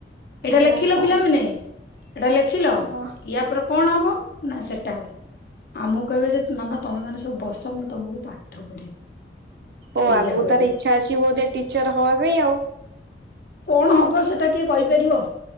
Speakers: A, on the left; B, on the right.
A: ଏଇଟା
B: ଓହୋ
A: ଲେଖିଲ ପିଲାମାନେ, ଏଇଟା ଲେଖିଲ
B: ଓ
A: ୟା ପରେ କଣ ହବ ନା ସେଟା ହବ। ଆମକୁ କହିବେ ଯେ ମାମା ତମେ ମାନେ ସବୁ ବସ ମୁଁ ତମକୁ ପାଠ ପଢେଇବି।
B: ଓ
A: ସେଇଆ
B: ଆଗକୁ
A: କହିବ
B: ତାର ଇଚ୍ଛା ଅଛି ବୋଧେ ଟିଚର ହବା ପାଇଁ ଆଉ।
A: କଣ ହବ ସେଟା କିଏ କହିପାରିବ?